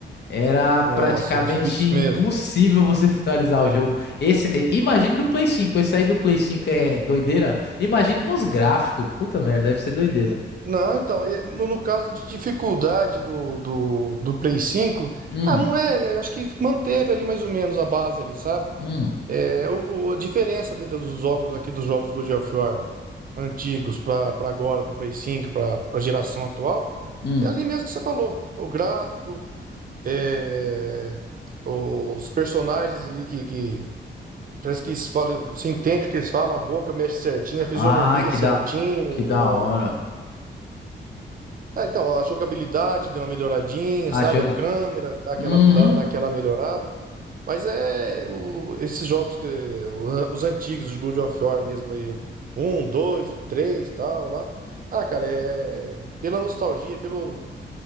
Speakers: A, on the left; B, on the right.
A: era
B: Nossa,
A: praticamente
B: é difícil
A: impossível
B: mesmo.
A: você <laughs> finalizar o jogo. Esse, eh, imagina do Play 5, esse aí do Play 5 é doideira? Imagina nos gráficos, puta merda, deve ser doideira.
B: N- Não, então, e- no, no caso de dificuldade do, do, do Play cinco
A: Hum,
B: ah, não é, eu acho que manteve ali mais ou menos a base ali, sabe?
A: hum,
B: É, o, a diferença de- dos jogos aqui, dos jogos God of War antigos para agora, para o Play cinco para a geração atual,
A: hum.
B: é ali mesmo que você falou. O gráfico, é, os personagens ali que, que parece que eles falam, você entende o que eles falam, a boca mexe certinho, a fisionomia
A: Ah, que
B: certinho,
A: da, que da hora.
B: ah, então, a jogabilidade deu uma melhoradinha,
A: Ah,
B: sabe?
A: jogo.
B: A câmera dá aquela,
A: Uhum.
B: dá, dá aquela melhorada. Mas é o- esses jogos que o- os antigos, os God of War mesmo aí, o um, dois, três, tal lá. Ah, cara, é pela nostalgia, pelo,